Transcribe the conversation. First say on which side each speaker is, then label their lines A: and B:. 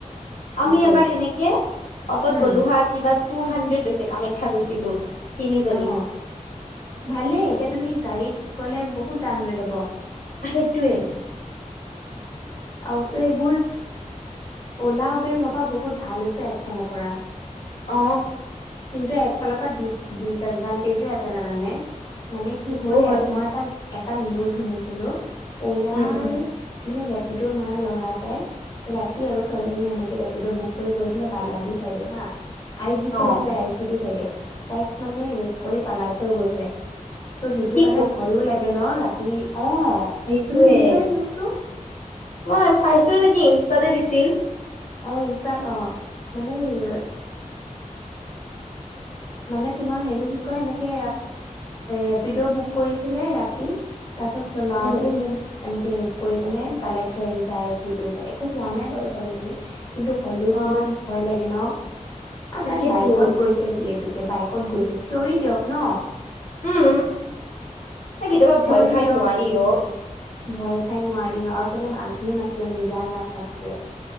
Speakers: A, on the left; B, on the left.
A: আমি
B: অটো
A: এবাৰ সেনেকে অতত
B: উম
A: গলোহা কিবা। টু হাণ্ড্ৰেড লৈছে কামাখ্যা গৈছিলো। তিনিজনী
B: অ ভালেই এতিয়া তুমি গাড়ীত গলে বহুত দাম লৈ ল'ব।
A: সেইটোৱেই।
B: আৰুতো এইবোৰ। উলাবৰ সবাহ বহুত ভাল হৈছে একচনৰ পৰা।
A: অ।
B: কিন্তু একফালৰ পৰা ডিত ডিচএডভানটেজো আছে জানানে। মানে কি
A: সেইটোও
B: হ'ল এ
A: হয়
B: মই এটা এটা নিউজ শুনিছিলো অলাৰ।
A: উম উম
B: মানে ৰেপিডৰ মাৰৰা ল'ৰা এটাই ৰাতি আৰু ছোৱালজনীয়ে এনেকে ৰেপ। বুক কৰি গৈছিলে বালাজী চাইড হা আই। বিটি
A: অ
B: চাইডে তাইক মানে ৰেপ কৰি পালাই থৈ গৈছে। ত' সেইটো
A: কি
B: কাৰণে ভয়ো লাগে ন ৰাতি। অ
A: সেইটোৱে
B: তুমি শুনিছানে নিউজটো
A: মই পাইছিলো নেকি ইনষ্টাতে দিছিল।
B: অ ইনষ্টাতে দিছিল।
A: <unintelligible>
B: মানে তোমাৰ হেৰি কি কয় এনেকে ৰেপিড বুক কৰিছিলে ৰাতি। তাৰ চ চলাতে
A: উম
B: সে। এনেকে ৰেপ কৰি পিনে পেলাই থৈ আহি যায় এছ বি টিৰ ওচৰত একো হোৱা নাই বাৰু ছোৱালীজনী। কিন্তু হলেও
A: অ
B: কিমান ভয় লাগে ন
A: তাকেতো
B: তাই বাইকত গৈছে যিহেতু। বাইকত গৈছে চিঞৰি দিয়ক ন।
A: উম ন কেতিয়াবা
B: চিঞৰি
A: ভয় খাই
B: দিয়ক
A: নোৱাৰিও।
B: ভয় খাই নোৱাৰি আৰু চাগে মানুহ আছিলে নিজা ৰাস্তা চাগে।